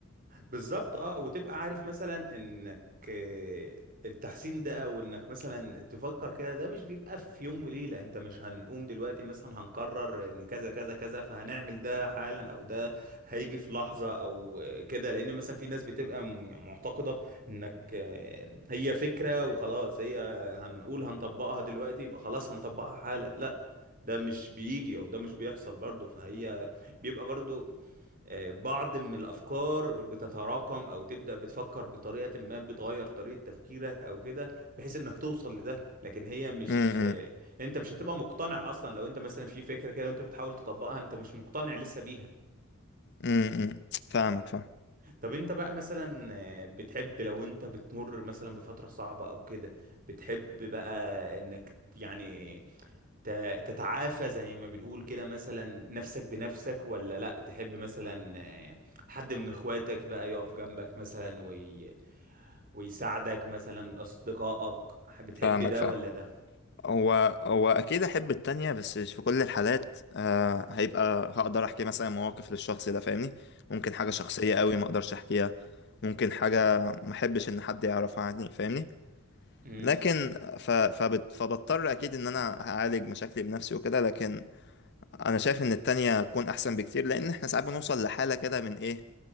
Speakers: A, on the right; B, on the left.
A: بالظبط اه وتبقى عارف مثلا انك آه، التحسين ده او انك مثلا تفكر كده ده مش بيبقى في يوم وليلة انت مش هنقوم دلوقتي مثلا هنقرر ان كذا كذا كذا فهنعمل ده حالا او ده هيجي في لحظة او آه، كده لان مثلا في ناس بتبقى م- يعني معتقدة انك آه، هي فكرة وخلاص هي هنقول هنطبقها دلوقتي يبقى خلاص هنطبقها حالا لا ده مش بيجي او ده مش بيحصل برضه فهي بيبقى برضو آه، بعض من الأفكار بتتراكم أو تبدأ بتفكر بطريقة ما بتغير طريقة تفكيرك أو كده بحيث إنك توصل لده لكن هي مش
B: امم امم
A: آه، أنت مش هتبقى مقتنع أصلا لو أنت مثلا في فكرة كده وأنت بتحاول تطبقها أنت مش مقتنع لسه بيها
B: إمم، إمم. فاهمك فاهم
A: طب أنت بقى مثلا آه، بتحب لو أنت بتمر مثلا بفترة صعبة أو كده بتحب بقى إنك يعني ت- تتعافى زي ما بنقول كده مثلا نفسك بنفسك ولا لا تحب مثلا آه، حد من اخواتك بقى يقف جنبك مثلا وي... ويساعدك مثلا اصدقائك بتحب
B: فاهمك
A: ده
B: فاهم
A: ولا ده
B: هو هو اكيد احب التانية بس مش في كل الحالات آه هيبقى هقدر احكي مثلا مواقف للشخص ده فاهمني ممكن حاجة شخصية قوي ما اقدرش احكيها ممكن حاجة ما احبش ان حد يعرفها عني فاهمني
A: مم.
B: لكن ف... فبت... فبضطر اكيد ان انا هعالج مشاكلي بنفسي وكده لكن انا شايف ان التانية تكون احسن بكتير لان احنا ساعات بنوصل لحالة كده من ايه